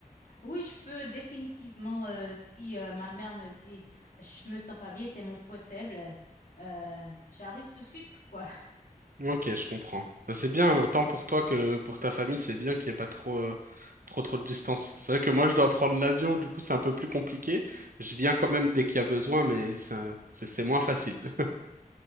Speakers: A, on the left; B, on the right.
A: Oui, je peux définitivement, euh, si euh, ma mère me dit, je me sens pas bien, c'est mon point faible, euh, j'arrive tout de suite, quoi. <laughs>
B: Ok, je comprends. Bah, C'est bien, autant pour toi que pour ta famille, c'est bien qu'il n'y ait pas trop, euh, trop, trop de distance. C'est vrai que moi, je dois prendre l'avion, du coup, c'est un peu plus compliqué. Je viens quand même dès qu'il y a besoin, mais ça, c'est c'est moins facile. <laughs>